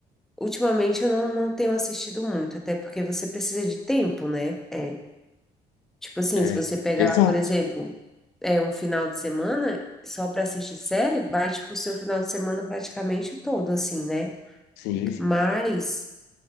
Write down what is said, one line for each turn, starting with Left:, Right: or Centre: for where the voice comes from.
Centre: Ultimamente eu não, não tenho assistido muito, até porque você precisa de tempo, né? É, Tipo assim,
Left: É.
Centre: se você pegar,
Left: Exato.
Centre: por exemplo, é um final de semana só para assistir série, vai tipo o seu final de semana praticamente todo, assim, né?
Left: Sim, sim.
Centre: Mas